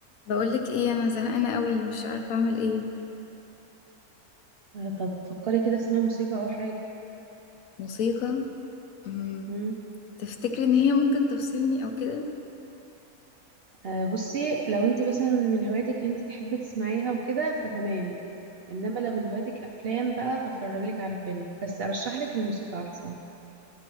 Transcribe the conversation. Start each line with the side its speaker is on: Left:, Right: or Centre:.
Left: بقولك ايه انا زهقانه قوي مش عارفه اعمل ايه
Right: آه، طب فكري كده تسمعي موسيقى او حاجه
Left: موسيقى امم
Right: مم.
Left: تفتكري ان هي ممكن تفصلني او كده
Right: آه، بصي لو انت مثلا من هواياتك انت تحبي تسمعيها وكده فتمام انما لو من هواياتك افلام بقى فاتفرجلك على فيلم بس ارشح لك الموسيقى احسن